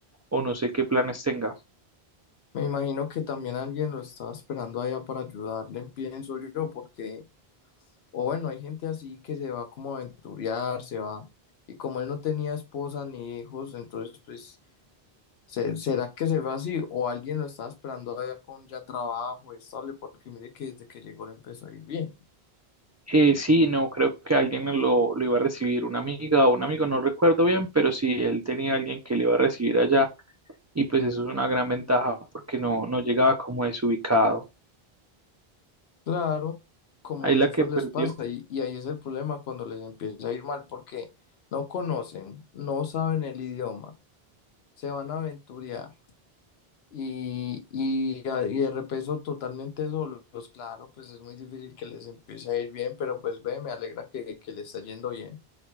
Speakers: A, on the right (about 30°); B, on the left (about 80°).
A: o no sé qué planes tenga.
B: Me imagino que también alguien lo estaba esperando allá para ayudarle, pienso yo, porque, o bueno, hay gente así que se va como a aventurear, se va, y como él no tenía esposa ni hijos, entonces pues, se- ¿será que se va así? O alguien lo estaba esperando allá con ya trabajo estable, porque mire que desde que llegó le empezó a ir bien.
A: Eh, sí, no, creo que alguien lo, lo iba a recibir, una amiga o un amigo, no recuerdo bien, pero sí, él tenía alguien que le iba a recibir allá y pues eso es una gran ventaja porque no, no llegaba como desubicado.
B: Claro, como
A: Ahí
B: muchos
A: la que perdió,
B: les pasa, y, y ahí es el problema cuando les empieza a ir mal, porque no conocen, no saben el idioma, se van a aventurear Y, y, a- y de repeso totalmente solos, claro, pues es muy difícil que les empiece a ir bien, pero pues ve, me alegra que, que le está yendo bien.